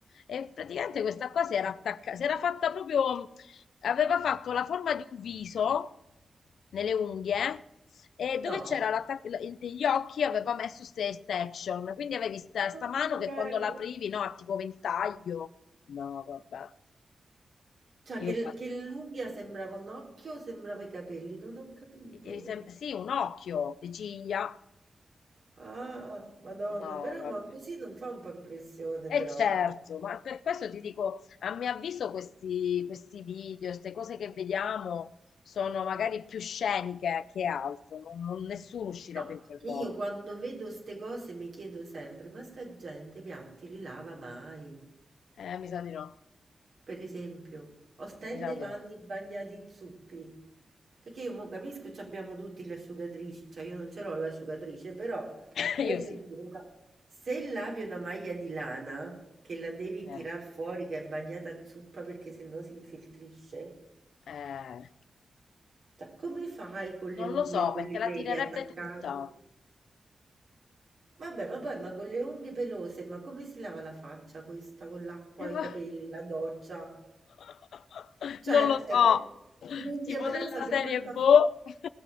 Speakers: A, on the left (about 85°); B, on the right (about 65°).
A: E praticamente questa qua si era attaccata, si era fatta proprio, aveva fatto la forma di un viso nelle unghie e dove
B: No,
A: c'era l'attac- il- gli occhi aveva messo queste extension, quindi avevi sta, sta
B: non
A: mano
B: ti
A: che
B: prego.
A: quando l'aprivi, no, ha tipo ventaglio. No, vabbè,
B: Cioè che
A: io
B: l
A: quasi.
B: che l'unghia sembrava un occhio, sembrava i capelli, non ho capito.
A: E sem- sì, un occhio, le ciglia.
B: Ah, Madonna,
A: No,
B: però
A: vabbè.
B: ma così non fa un po' impressione
A: E
B: però.
A: certo, ma per questo ti dico, a mio avviso questi, questi video, queste cose che vediamo sono magari più sceniche che altro, non, non- nessuno uscirebbe
B: No.
A: in quel
B: Che
A: modo.
B: Io quando vedo ste cose mi chiedo sempre, ma sta gente i piatti li lava mai?
A: Eh, mi sa di no,
B: per esempio, o stende
A: mi sa
B: i panni
A: di no.
B: bagnati zuppi. Perché io mo capisco, ci abbiamo tutti l'asciugatrice, cioè io non ce l'ho l'asciugatrice, però
A: <coughs>
B: voglio
A: Io sì.
B: dire, no, se lavi una maglia di lana che la devi
A: Eh,
B: tirar fuori che è bagnata a zuppa perché sennò si infiltrisce,
A: eh,
B: cioè come fai con le
A: non
B: unghie
A: lo so,
B: e con
A: perché
B: i
A: la
B: peli
A: tirerebbe
B: attaccati?
A: tutta.
B: Vabbè, ma poi ma con le unghie pelose, ma come si lava la faccia questa con l'acqua,
A: Eh, va-
B: i capelli, la doccia?
A: <laughs>
B: Cioè,
A: Non lo so,
B: eh, le- l'unghia
A: tipo
B: pelosa
A: della
B: prima
A: serie
B: sta...
A: boh. <laughs>